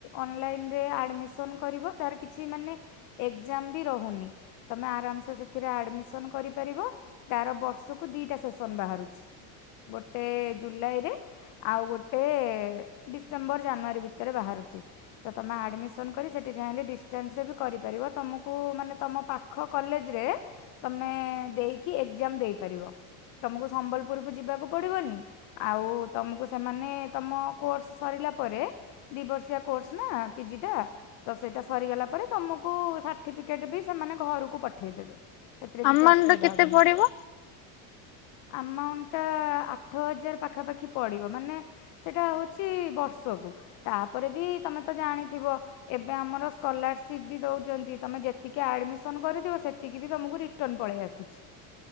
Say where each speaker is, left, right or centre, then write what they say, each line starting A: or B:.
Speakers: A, on the left; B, on the left.
A: ଅନଲାଇନରେ ଆଡ଼ମିସନ୍ କରିବ, ତାର କିଛି ମାନେ ଏଗ୍ଜାମ ବି ରହୁନି, ତମେ ଆରାମ୍ ସେ ସେଥିରେ ଆଡ଼ମିସନ୍ କରିପାରିବ। ତାର ବର୍ଷକୁ ଦିଇଟା ସେସନ୍ ବାହାରୁଛି, ଗୋଟେ ଜୁଲାଇରେ ଆଉ ଗୋଟେ ଡିସେମ୍ବର ଜାନୁଆରୀ ଭିତରେ ବାହାରୁଛି। ତ ତମେ ଆଡ଼ମିସନ୍ କରି ସେଠି ଚାହିଁଲେ ଡିଷ୍ଟାନ୍ସରେ ବି କରିପାରିବ, ତମକୁ ମାନେ ତମ ପା ଖ କଲେଜରେ ତମେ ଦେଇକି ଏଗ୍ଜାମ ଦେଇପାରିବ। ତୁମକୁ ସମ୍ବଲପୁରକୁ ଯିବାକୁ ପଡ଼ିବନି। ଆଉ ତମକୁ ସେମାନେ ତମ କୋର୍ସ ସରିଲା ପରେ ଦି ବର୍ଷିଆ କୋର୍ସ ନା ପିଜିଟା। ତ ସେଇଟା ସରିଗଲା ପରେ ତମକୁ ସାର୍ଟିଫିକେଟ ବି ସେମାନେ ଘରକୁ ପଠେଇଦେବେ। ଏଥିରେ
B: ଆମାଉଣ୍ଟ
A: କିଛି ଅସୁବିଧା
B: କେତେ
A: ହବନି।
B: ପଡିବ
A: ଆମାଉଣ୍ଟଟା ଆଠ ହଜାର ପାଖାପାଖି ପଡିବ ମାନେ ସେଟା ହଉଛି ବର୍ଷକୁ, ତାପରେ ବି ତମେ ତ ଜାଣିଥିବ ଏବେ ଆମର ସ୍କଲାରସିପ୍ ବି ଦଉଚନ୍ତି, ତମେ ଯେତିକି ଆଡ଼ମିସନ୍ କରିଥିବ, ସେତିକିବି ତମକୁ ରି ଟନ୍ ପଳେଇ ଆସୁଛି।